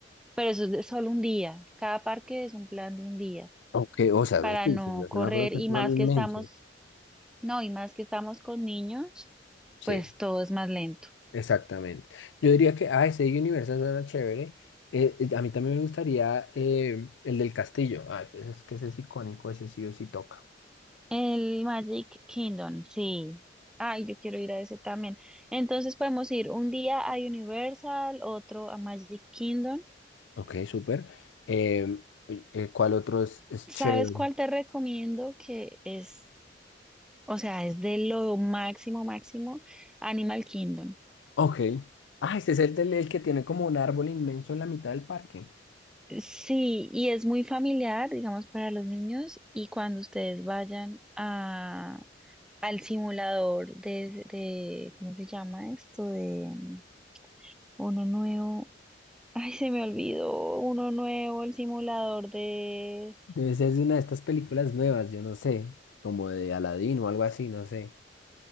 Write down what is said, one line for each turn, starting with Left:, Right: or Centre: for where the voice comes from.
Centre: pero eso es de solo un día. Cada parque es un plan de un día
Left: Aunque, o sea,
Centre: para
Left: sí,
Centre: no
Left: sí, yo
Centre: correr
Left: sí me acuerdo que
Centre: y
Left: estos
Centre: más
Left: son inmensos.
Centre: que estamos, no, y más que estamos con niños,
Left: Sí,
Centre: pues todo es más lento.
Left: exactamente. Yo diría que, ah, ese universo suena chévere. Eh, eh, a mí también me gustaría eh, el del castillo. Ah, pues es que ese es icónico, ese sí o sí toca.
Centre: El Magic Kingdom, sí. Ay, yo quiero ir a ese también. Entonces podemos ir un día a Universal, otro a Magic Kingdom.
Left: Ok, súper. Em, eh, eh, ¿cuál otro es, es
Centre: ¿Sabes
Left: chévere?
Centre: cuál te recomiendo? Que es O sea, es de lo máximo, máximo Animal Kingdom.
Left: Ok. Ah, ese es el, del, el que tiene como un árbol inmenso en la mitad del parque.
Centre: Sí, y es muy familiar, digamos, para los niños. Y cuando ustedes vayan a, al simulador de, de, ¿cómo se llama esto? De mm, uno nuevo. Ay, se me olvidó. Uno nuevo, el simulador de...
Left: Debe ser de una de estas películas nuevas, yo no sé, como de Aladdin o algo así, no sé.